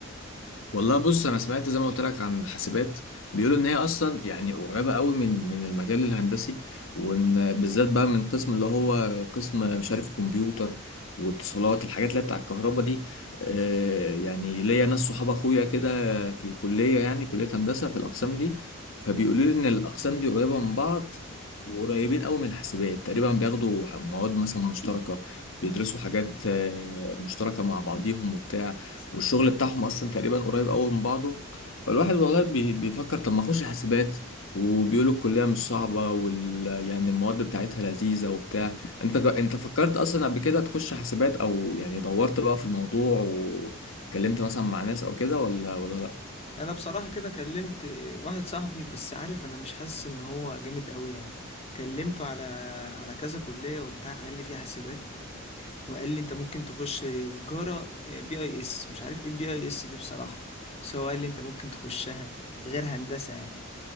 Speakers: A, on the left; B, on the left.
A: والله بص انا سمعت زي ما قلت لك عن حاسبات بيقولوا ان هي اصلا يعني قريبه قوي من من المجال الهندسي وان بالذات بقى من قسم اللي هو قسم مش عارف كمبيوتر واتصالات الحاجات اللي هي بتاع الكهرباء دي آه يعني ليا ناس صحاب اخويا كده في الكليه يعني كليه هندسه في الاقسام دي فبيقولوا لي ان الاقسام دي قريبه من بعض وقريبين قوي من الحاسبات تقريبا بياخدوا مواد مثلا مشتركه بيدرسوا حاجات آه، مشتركه مع بعضيهم وبتاع والشغل بتاعهم اصلا تقريبا قريب قوي من بعضه فالواحد والله بي- بيفكر طب ما اخش حاسبات وبيقولوا الكليه مش صعبه وال يعني المواد بتاعتها لذيذه وبتاع انت جا- انت فكرت اصلا قبل كده تخش حاسبات او يعني دورت بقى في الموضوع وكلمت مثلا مع ناس او كده ولا ولا
B: انا بصراحة كده كلمت واحد صاحبي بس عارف انا مش حاسس ان هو جامد قوي يعني كلمته على على كذا كلية وبتاع قال لي في حاسبات وقال لي انت ممكن تخش تجارة بي اي اس مش عارف ايه بي اي اس دي بصراحة بس هو قال لي انت ممكن تخشها غير هندسة يعني